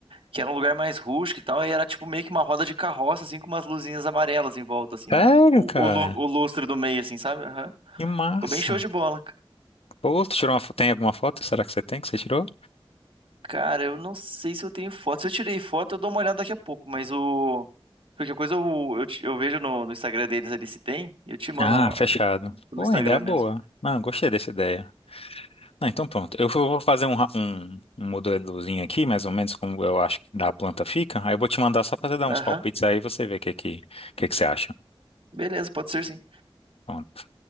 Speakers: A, on the right; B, on the left.
A: que era um lugar mais rústico e tal, e era tipo meio que uma roda de carroça, assim, com umas luzinhas amarelas em volta, assim, na...
B: Sério,
A: o,
B: cara?
A: o, lu- o lustre do meio, assim, sabe? Aham.
B: Que massa.
A: Ficou bem show de bola. ca-
B: Pô, tu tirou uma, fo- tem alguma foto? Será que você tem que você tirou?
A: Cara, eu não sei se eu tenho foto. Se eu tirei foto, eu dou uma olhada daqui a pouco, mas o. Qualquer coisa eu, eu, te- eu vejo no, no Instagram deles ali se tem, e eu te mando
B: Ah,
A: ó,
B: fechado.
A: no
B: Pô,
A: Instagram
B: ainda é boa.
A: mesmo.
B: Não, gostei dessa ideia. Ah, então pronto. Eu vou fazer um, ra- um, um modelozinho aqui, mais ou menos como eu acho que da planta fica. Aí eu vou te mandar só pra você dar
A: Aham,
B: uns palpites aí e você vê o que, que, que, que você acha.
A: beleza, pode ser sim.
B: Pronto,